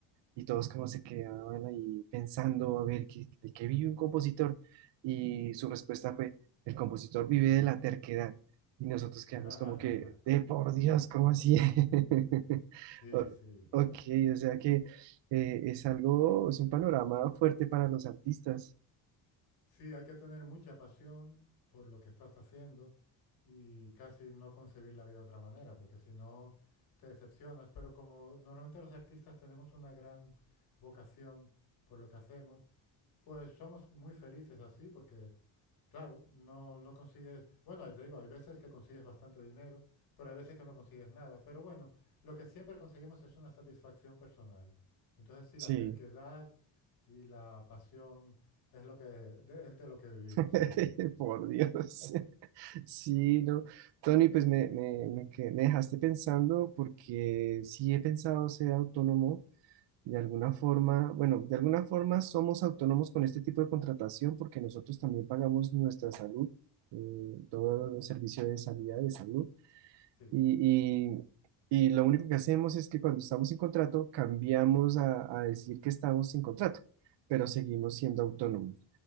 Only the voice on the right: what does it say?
y todos como se quedaban ahí pensando a ver ¿qué- de qué vive un compositor y su respuesta fue, el compositor vive de la terquedad y nosotros quedamos
como que, de por Dios, ¿cómo así? <laughs>
O-
ok, o sea que eh, es algo, es un panorama fuerte para los artistas.
Sí,
<laughs>
por Dios. Sí, no. Tony, pues me, me, me que- me dejaste pensando porque sí he pensado ser autónomo De alguna forma, bueno, de alguna forma somos autónomos con este tipo de contratación porque nosotros también pagamos nuestra salud, eh, todo el servicio de salida de salud.
Y, y- y lo único que hacemos es que cuando estamos sin contrato, cambiamos a, a decir que estamos sin contrato, pero seguimos siendo autónomos.